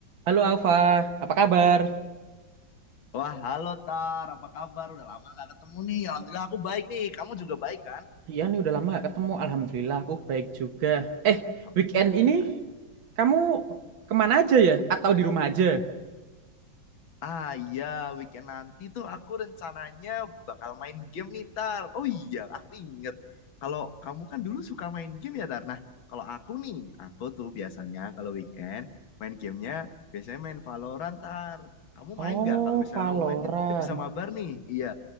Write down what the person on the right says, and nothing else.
Halo Alfa, apa kabar?
Iya nih udah lama gak ketemu. Alhamdulillah aku baik juga. Eh,
weekend ini kamu kemana aja ya? Atau di rumah aja?
Oh,
Valorant.